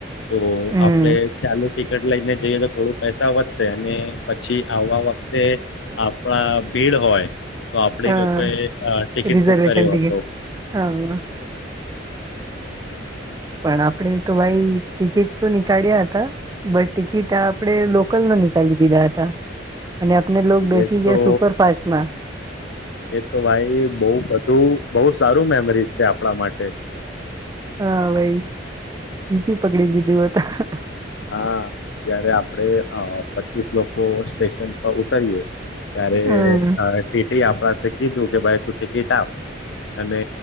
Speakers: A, on the left; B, on the right.
A: તો
B: હમ
A: આપડે ચાલુ ટિકિટ લઈને જઈએ તો થોડું પૈસા વધશે અને પછી આવવા વખતે થોડા ભીડ હોય તો આપડી
B: હ
A: લોકોએ ટિકિટ
B: રિઝર્વેશન
A: બુક કર્યો
B: ટિકિટ
A: હતો
B: હ પણ આપડે તો ભાઈ ટિકિટ તો નીકાળ્યા હતા બટ ટિકિટ આપણેે લોકલનો નીકાલી દીધા હતા અને આપને લોક બેસી
A: એ તો
B: ગયા સુપરફાસ્ટમાં
A: એ તો ભાઈ બહ બધું બહુ સારું મેમરી છે આપણા માટે
B: હા ભાઈ બીજી પકડી લીધું હતા.
A: હા જયારે આપડે પચીસ લોકો સ્ટેશન પર ઉતારીયએ ત્યારે
B: હમ
A: એ આપણાથી દુ ભાઈ તું ટિકિટ આપ અને